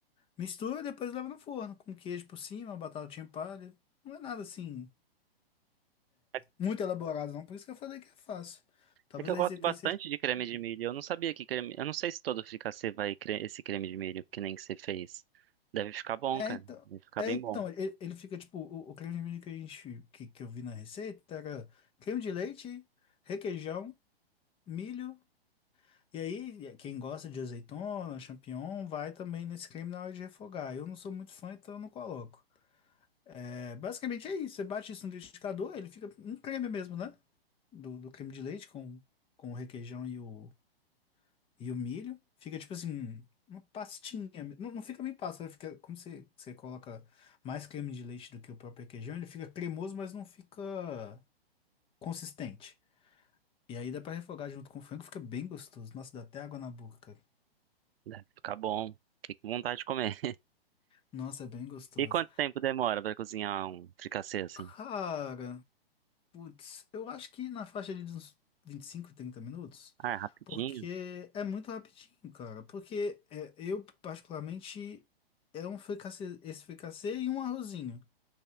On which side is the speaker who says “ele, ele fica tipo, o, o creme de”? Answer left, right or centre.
Left